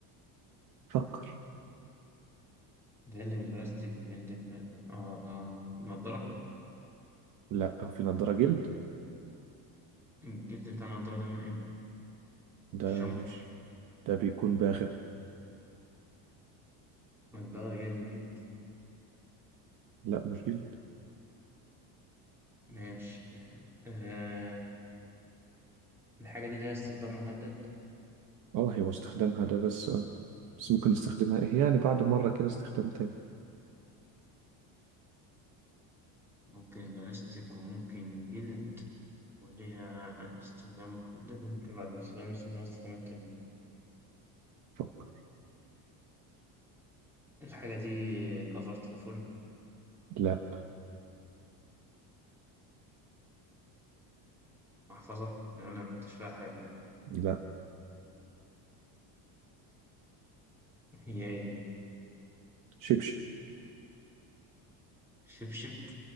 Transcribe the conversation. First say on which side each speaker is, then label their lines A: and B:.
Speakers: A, on the right (about 45°); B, in the centre.
A: فكر
B: ده اللي من بلاستيك وجلد من... اه نضارة
A: لا في نضارة جلد
B: الجلد بتاع النضارة ده من ايه؟
A: ده
B: الشامبر
A: مش ده بيكون باغة
B: والبغل جاي من الجلد
A: لا مش جلد
B: ماشي آه. الحاجة دي ليها استخدام محدد
A: اه هي واستخدامها ده بس آه، بس ممكن نستخدمها ايه يعني بعد مرة كده استخدام تاني
B: ممكن بلاستيك وممكن جلد وليها استخدام محدد وممكن بعد الاستخدام استخدام استخدامات تانية
A: فكر
B: الحاجة دي كفر تليفون
A: لا
B: محفظة لأن أنا مكنتش فيها حاجة لأ
A: لا
B: هي إيه
A: شبشب
B: شبشب